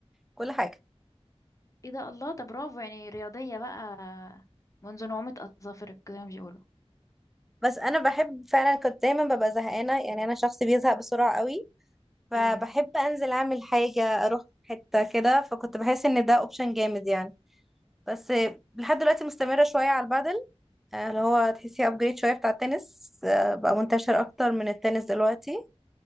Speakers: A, in the centre; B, on the left.
A: كل حاجه
B: ايه ده الله طب برافو يعني رياضية بقى منذ نعومة أظافرك زي ما بيقولوا
A: بس انا بحب فعلا كنت دايما ببقى زهقانه يعني انا شخص بيزهق بسرعه قوي فبحب
B: اه
A: انزل اعمل حاجه اروح حته كده فكنت بحس ان ده اوبشن جامد يعني بس آه، لحد دلوقتي مستمره شويه على البادل آه، اللي هو تحسيه ابجريد شويه بتاع التنس آه، بقى منتشر اكتر من التنس دلوقتي